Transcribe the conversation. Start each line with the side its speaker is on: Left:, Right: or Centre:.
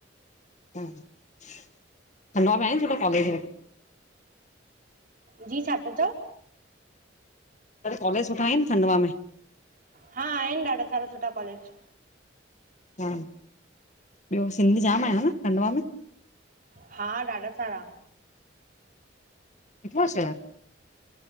Left: हा खंडवा में आहिन सुट्ठा कॉलेज?
Right: जी, छा था चओ?
Left: मतलब कॉलेज सुठा आहिनि खंडवा में?
Right: हा आहिन, ॾाढा सारा सुठा कॉलेज।
Left: हा ॿियो, सिंधी जाम आहिन न खंडवा में?
Right: हा, ॾाढा सारा।
Left: कतो छा <inaudible>